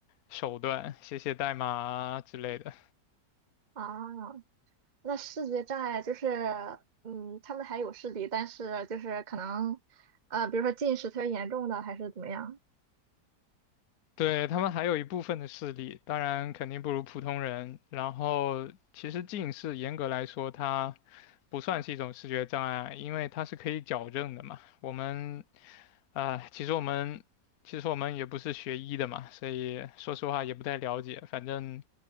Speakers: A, on the left; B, on the right.
A: 手段，写写代码啊之类的。
B: 啊，那视觉障碍就是，嗯，他们还有视力，但是就是可能，呃，比如说近视特别严重的，还是怎么样？
A: 对，他们还有一部分的视力，当然肯定不如普通人。然后，其实近视严格来说，它不算是一种视觉障碍，因为它是可以矫正的嘛。我们啊、呃其实我们其实我们也不是学医的嘛，所以说实话也不太了解。反正